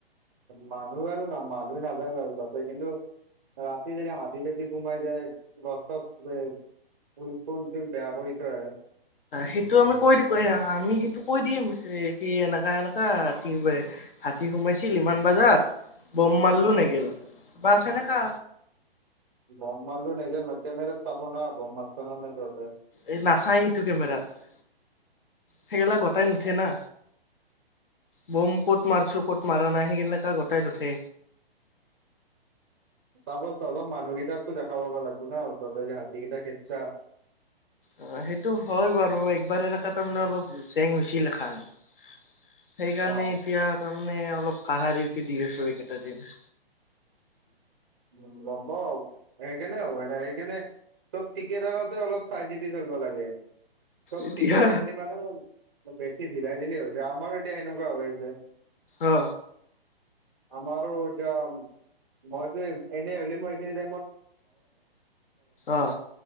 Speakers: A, on the right; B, on the left.
A: মানুহ আৰু না মানুহ নাযায় বাৰু তাতেই কিন্তু ৰাতি যদি হাতী যদি সোমাই যায় গছ চছ ফোন ফোন চোন বেয়া কৰি থৈ আহে
B: সেইটো আমি কৈ দি এ আমি সেইটো কৈ দিম কি এনেকা এনেককা কি হাতী সোমাইছিল ইমান বজাত বম মাৰলো
A: অ
B: নেগেল বাছ এনেকা
A: <unintelligible>
B: এই নাচায় সেইটো কেমেৰাত সেইগেলা গটাই নুঠে
A: অ
B: না বম ক'ত মাৰিছো ক'ত মৰা নাই সেই খেলা খাই গতাই নুঠে
A: তাপা তহঁত মানুকেইটাকো দেখা পাব লাগব না তহতৰ যে হাতীকেইটা খেদচা
B: অ সেইটো হয় বাৰু একবাৰ এনেকা তাৰমানে অলপ জেং হৈছিল এখনান সেইকাৰণে
A: অ
B: এতিয়া তাৰমানে অলপ কাঢ়া পি দি আছো এইকেইটা দিন
A: উ গম পাওঁ সেই কাণে হয় না সেই কাণে। চব ঠিকে ৰাখোতে অলপ চাই চিতি চলিব লাগে চব
B: এতিয়া
A: ঠিকে ৰাখিলে মানে বেছি ঢিলাই ঢিলি হৈছে আমাৰো এতিয়া এনেুৱা হৈ আছে
B: অ
A: আমাৰো যন <unintelligible> কিন্তু
B: অ